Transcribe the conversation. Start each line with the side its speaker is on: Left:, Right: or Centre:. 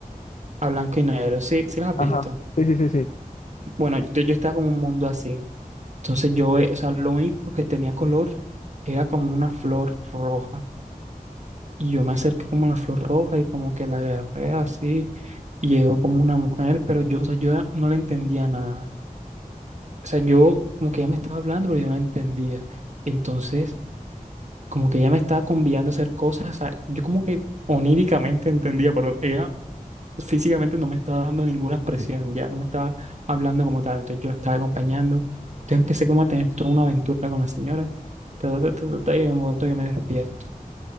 Right: a blanco y negro. Sí, sí las has
Left: Ajá.
Right: visto.
Left: Sí, sí, sí, sí.
Right: Bueno, entonces yo estaba como en un mundo así. Entonces yo, ve- o sea, lo único que tenía color era como una flor roja. Y yo me acerqué como a la flor roja y como que la agarré así. Y llegó como una mujer, pero yo, o sea, yo no le entendía nada. O sea, yo como que ella me estaba hablando, pero yo no la entendía. Entonces, como que ella me estaba convidando a hacer cosas. O sea, yo como que oníricamente entendía, pero ella físicamente no me estaba dando ninguna expresión, ya no me estaba hablando como tal. Entonces yo la estaba acompañando. Entonces empecé como a tener toda una aventura con la señora. Ta, ta, ta, ta, ta, y en un momento yo me despierto.